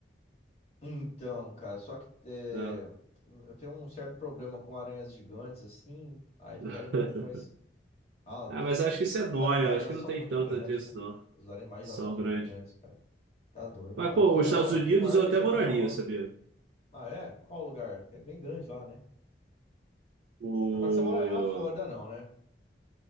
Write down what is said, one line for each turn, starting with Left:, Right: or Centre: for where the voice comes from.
Left: Então, cara, só que é,
Right: né?
Left: eu tenho um certo problema com aranhas gigantes, assim, aí ficaria
Right: <laughs>
Left: um pouco mais. Ah, os,
Right: Ah, mas acho que isso é
Left: os
Right: nóia.
Left: animais
Right: Acho
Left: lá
Right: que
Left: são
Right: não tem
Left: muito
Right: tanto
Left: grandes,
Right: disso,
Left: cara.
Right: não.
Left: Os animais
Right: São
Left: lá são muito
Right: grandes.
Left: grandes, cara. Tá doido.
Right: Mas,
Left: Aqui
Right: pô, os
Left: não,
Right: Estados Unidos
Left: aqui o maior
Right: eu
Left: bicho
Right: até moraria,
Left: aqui é a onça.
Right: sabia?
Left: Ah, é? Qual o lugar? É bem grande lá, né?
Right: O...
Left: Não fala que você moraria na Flórida, não, né?